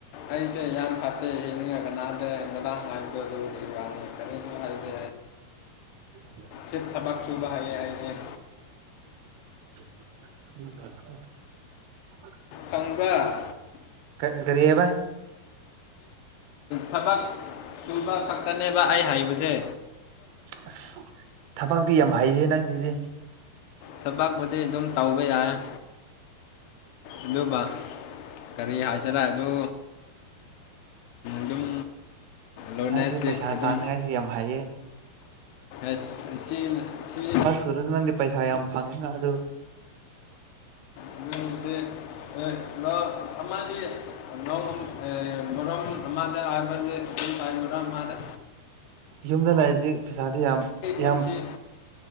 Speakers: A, on the left; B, on the right.
A: ꯑꯩꯁꯦ ꯌꯥꯝ ꯐꯠꯇ ꯌꯦꯅꯤꯡ ꯀꯅꯥꯗꯦꯗ ꯍꯥꯏꯗ ꯑꯗꯨꯅꯤ ꯀꯅꯤ ꯍꯥꯏꯗꯦ
B: ꯍꯦ
A: ꯆꯦꯠ ꯊꯥꯕꯥꯛꯁꯨꯨꯕ ꯍꯥꯏ ꯍꯥꯏꯦ
B: <unintelligible>
A: ꯈꯪꯕꯔꯥ
B: ꯀ ꯀꯔꯤꯕ
A: ꯊꯕꯛ ꯁꯨꯕ ꯈꯛꯇꯅꯦꯕ ꯑꯩ ꯍꯥꯏꯕꯁꯦ
B: ꯑꯁ ꯊꯕꯛꯇꯤ ꯌꯥꯝ ꯍꯩꯍꯦ ꯅꯪꯁꯤꯗꯤ
A: ꯊꯕꯛꯄꯨꯗꯤ ꯑꯗꯨꯝ ꯇꯧꯕ ꯌꯥꯏ ꯑꯗꯨꯒ ꯀꯔꯤ ꯍꯥꯏꯖꯤꯔ ꯑꯗꯨ ꯑꯗꯨꯝ ꯂꯣꯅꯦꯁꯇꯤ
B: ꯅꯪꯗꯤ ꯄꯩꯁꯥ
A: ꯑꯗꯨꯝ
B: ꯇꯥꯅꯤꯡꯉꯥꯏꯁꯤ ꯌꯥꯝ ꯍꯩꯌꯦ
A: ꯑꯁ ꯑꯁꯤ ꯁꯤ
B: ꯑꯣꯔꯤꯖꯤꯅꯦꯜꯒꯤ ꯄꯩꯁꯥ ꯌꯥꯝ ꯐꯪꯉꯤꯅ ꯑꯗꯨ
A: <unintelligible> ꯑꯃꯗꯤ ꯅꯣꯡ ꯑꯦ ꯃꯣꯔꯝ ꯑꯃꯗ ꯍꯥꯏꯕꯁꯤ ꯑꯗꯨꯝ ꯇꯥꯏ ꯉꯔꯥꯡꯃꯥꯗ
B: ꯌꯨꯝꯗ ꯂꯩꯔꯗꯤ ꯄꯩꯁꯥꯗꯤ ꯌꯥꯝ
A: ꯄꯨꯟꯁꯤ
B: ꯌꯥꯝ